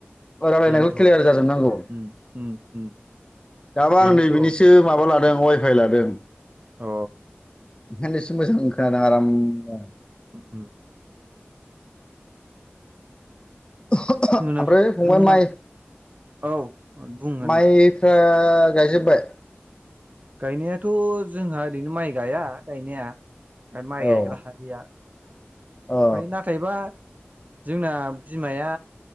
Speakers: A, on the left; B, on the right.
A: रायलायनायखौ
B: बेनोथ'
A: क्लियार जाजोबनांगौ
B: उम उम उम
A: दाबो
B: बेनोथ'
A: आं नैे बिनिसो माबा माबा लादों वाइ फाइ लादों
B: अ
A: ओंखायनोसो मोजां खोनादों आरामनो
B: <unintelligible>
A: ओमफ्राय
B: मोनाफ्राव
A: फंबाइ
B: मोना
A: माइ
B: औ बुं आदा
A: माइफ्रा गायजोबबाय
B: गायनायाथ' जोंहा ओरैनो माइ गाया गायनाया माइ
A: औ
B: गायग्रा हा गैया
A: औ
B: ओमफ्राय नाथायबा जोंना बिमाया